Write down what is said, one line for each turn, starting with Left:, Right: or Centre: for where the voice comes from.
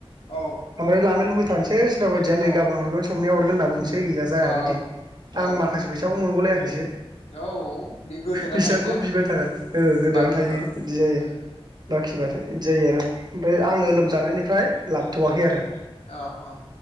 Left: औ
Right: ओमफ्राय लानो लुबैथारनोसै सोरबा बायदिया नै
Left: ओ
Right: गाबोन हरगोन सबनिया होगोन होनना बुंसै है गैया जाया
Left: औ
Right: बिदि आं
Left: औ
Right: माखासे फैसाखौ मोनबावलायाखैसो
Left: औ बे गोदोना
Right: बिसिबांखौ
Left: थायोना
Right: बिबाय थागोन ओ गोदोना
Left: बाखिबा
Right: थायो बिदि जायो
Left: उम उम
Right: बाखिबाथाय जायो आरो ओमफ्राय आङो
Left: उम
Right: लोमजानायनिफ्राय लाबोथ'वाखै आरो
Left: अ अ